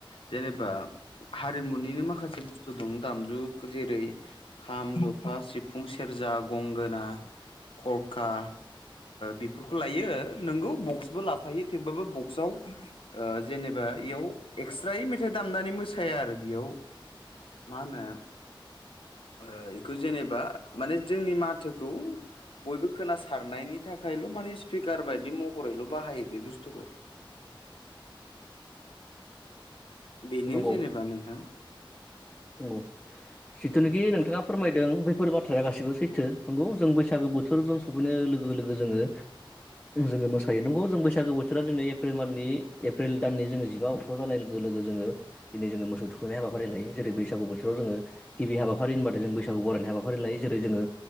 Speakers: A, on the left; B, on the left.
A: जेनेबा हारिमुनिनो माखासे बुस्थु दं दामजु जेरै- खाम, जथा, सिफुं, सेरजा, गंगोना, थरखा, बेफोरखौ लायो नोंगौ बक्सबो लाफायो थेवबाबो बक्सआव जेनेब एा इयाव एक्सट्रायै मेथाइ दामनानै मोसाया आरो बेयाव मा होनो बेखौ जेनेबा माने जोंनि माथोखौ बयबो खोनासारनायनि थाखायल' माने स्पिकार बायदि महरैल' बाहायो बे बुस्थुखौ। बेनो
B: नंगौ
A: जेनेबा नोंथां।
B: नंगौ जिथुनिखि नोंथाङा फोरमायदों बे बेफोर बाथ्राया गासिबो सैथो नंगौ जों बैसागो बोथोरजों सफैनाय लोगो लोगो जोङो जोङो मोसायो नंगौ जों बैसागो बोथोरा जोंनि एप्रिल माननि एप्रिल दाननि जोङो जिबाव फाव जानाय लोगो लोगो जोङो दिनै जोङोस थुखैनाय हाबाफारि लायो। जेरै बैसागुोोरावोङो गिबि हाबाफारि होनबाथाय जों बैसागु बरायनाय हाबाफारि लायो जेरै जोङो